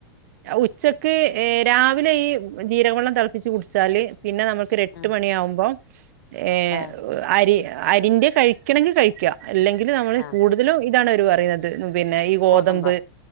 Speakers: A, on the right; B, on the left.
A: ഉച്ചക്ക് ഏഹ് രാവിലെ ഈ ജീരകെള്ളം തെളപ്പിച്ച് കുടിച്ചാല് പിന്നെ നമ്മുക്കൊര് എട്ട്
B: ആ
A: മണി ആവുമ്പം ഏഹ്
B: ആ
A: അരി അരിന്റെ കഴിക്കണങ്കി കഴിക്ക എല്ലെങ്കില് നമ്മള്
B: ആ
A: കൂട് തിലും ഇതാണ് ഓര് പറീണത് പിന്നെ ഈ ഗോതമ്പ്
B: ഗോതമ്പോ